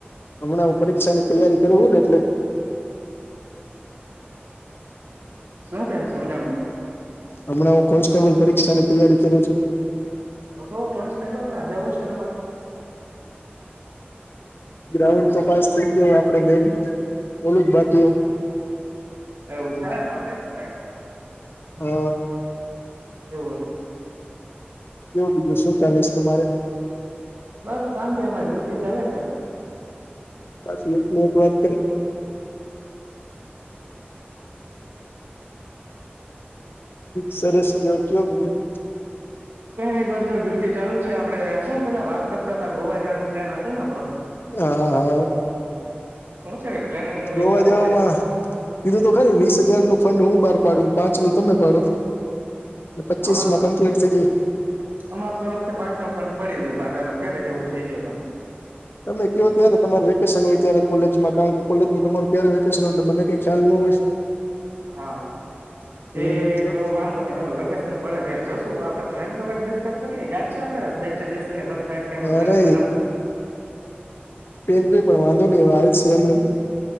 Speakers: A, on the left; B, on the right.
A: હમણાં હુ પરીક્ષા ની તૈયારી કરું ને એટલે
B: શું કે સમજાણું નય?
A: હમણાં હું કોન્સ્ટેબલ પરીક્ષાની તૈયારી કરું છું.
B: ઓહો કોન્સ્ટેબલના જવું છે, તમારે? સારું
A: ગાઉન્ડ તો
B: સારું
A: પાસ થઈ ગયો આપડે મેરીટ ઓલું જ બાકી
B: એવું છે.
A: હા.
B: એવુ હોય
A: જોવ બીજું શું ચાલે છે, તમારે
B: બસ શાનતી અમારી ડ્યુટી ચાલે છે.
A: બસને એક ને એક વાત <inaudible> સરસ ગયો કયો બીજું?
B: કઈ નઈ બસ જો ડ્યુટી ચાલુ છે, આપડે શું પેલા વાત કરતા હતા ગોવા જવાનું પ્લાન હતો ને આપડો?
A: હા હા
B: શું છે પ્લાનિંગ નું કઈક
A: ગોવા
B: કરો
A: જવામાં
B: બજેટ
A: કીધું તો ખરું વીસ હજારનું ફંડ હું બહાર પાડું પાંચ નું તમે પાડો પચીસમાં
B: અમારુ
A: કમ્પ્લીટ થઈ જાય
B: અમારા તરફથી પાચનુ ફંડ પડી ગયું બહાર હાલો ક્યારે જવું? છે એ કયો તમે
A: તમે કયો ત્યારે તમારે વેકેશન હોય ત્યારે કોલેજમાં કારણ કે કોલેજ તમારું ક્યારે વેકેશન હોય એ મને કઈ ખ્યાલ ન હોય
B: હા.
A: હમ
B: એ તો વાંધો નઈ હાલો વેકેશન પડે ત્યા જશું પણ આપડે પ્લાન તો કઈક ડીસકસ કરીએ યાદ છે, આપડે બેન્ચે બેસીને લખતા એક ટાઈમે પ્લાનો
A: અરે
B: બનાવતા
A: ઉગે પણ વાંધો નહી આવે છે, એમને